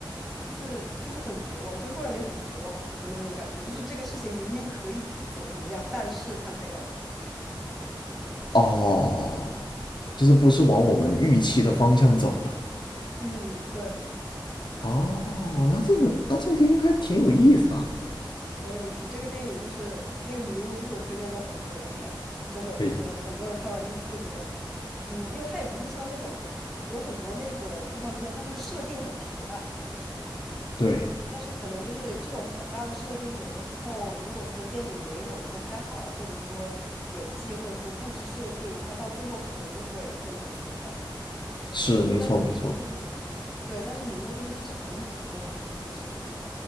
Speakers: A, in the centre; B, on the left.
A: 就是就是很绝望，就是会让你很绝望的那种感觉，就是这个事情明明可以怎么怎么样，但是他没有。
B: 哦，就是不是往我们预期的方向走的。
A: 嗯，对。
B: 哦，那这种那这种电影应该挺有意思啊。
A: 很有意思。这个电影就是那个迷雾，就是我推荐过很多人看，真的就是很多人看完就是就会觉得，
B: 可以，
A: 嗯，因为它也不是像那种有很多那个科幻片，它就是设定很庞大，
B: 对，
A: 但是可能就是这种庞大的设定，有的时候如果说电影没有说拍好，或者说演技，或者说故事设定，它到最后可能就会变得很俗套。
B: 是没错没错。
A: 但是迷雾，对，但是迷雾就是它是很普通很普通的设定。